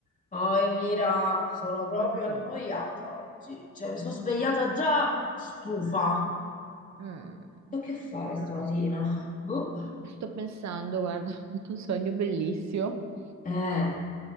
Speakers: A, on the left; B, on the right.
A: Poi Mira, sono proprio
B: Mm,
A: annoiata oggi. Cioè, mi sono svegliata già stufa.
B: mm,
A: So che fare stamattina?
B: allora.
A: Boh.
B: Sto pensando, guarda, <laughs> ho avuto un sogno bellissimo.
A: Eh,